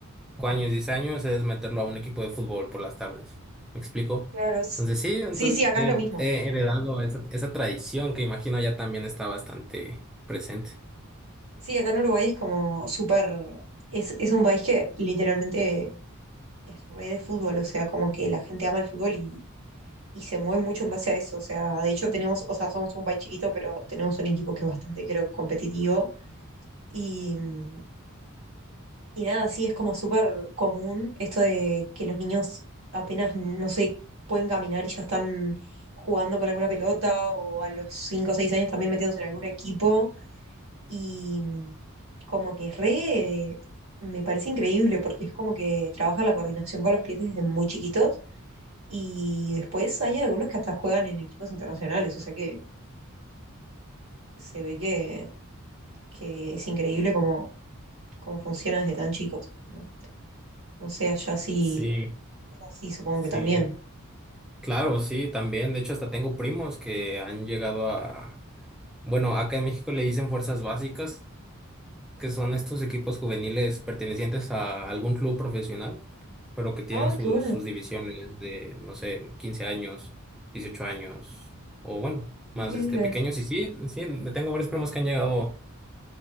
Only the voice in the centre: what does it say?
años, 10 años, es meterlo a un equipo de fútbol por las tardes, ¿me explico?
Entonces sí, entonces
eh,
he heredado esa, esa tradición que imagino ya también está bastante presente.
Sí,
sí,
claro, sí, también. De hecho, hasta tengo primos que han llegado a, bueno, acá en México le dicen fuerzas básicas, que son estos equipos juveniles pertenecientes a algún club profesional, pero que tienen
sus,
sus divisiones de, no sé, 15 años, 18 años, o bueno,
más este pequeños. Y sí, sí, tengo varios primos que han llegado.